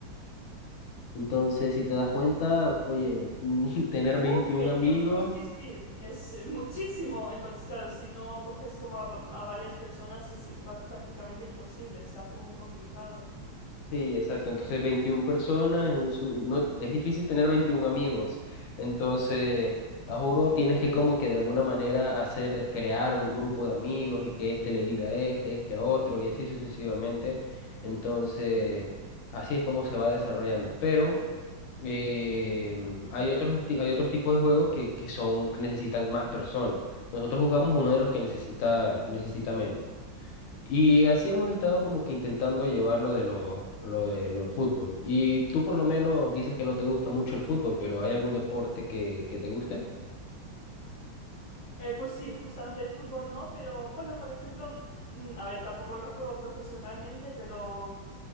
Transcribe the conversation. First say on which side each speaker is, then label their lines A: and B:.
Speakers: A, on the left; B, on the left.
A: Entonces, si te das cuenta, oye, <laughs> tener
B: Uh,
A: 21
B: veintiuno
A: amigos,
B: sí, sí, es eh, muchísimo. Entonces, claro, si no coges como a, a varias personas es i- va- prácticamente imposible, se hace muy complicado.
A: sí, exacto, entonces 21 personas, es, un su- no, es difícil tener 21 amigos. Entonces, a juro, tienes que como que de alguna manera hacer, crear un grupo de amigos y que este le diga a este, este a otro y así sucesivamente. Entonces, así es como se va desarrollando. Pero... Eh, hay otros, esti- hay otros tipos de juegos que, que son, necesitan más personas. Nosotros jugamos uno de los que necesita, necesita menos. Y así hemos estado como que intentando llevar lo de los, lo de los fútbol. Y tú por lo menos dices que no te gusta mucho el fútbol, pero ¿hay algún deporte que, que te guste?
B: Eh, pues sí, justamente el fútbol no, pero bueno, por ejemplo, mm, a ver, tampoco lo juego profesionalmente, pero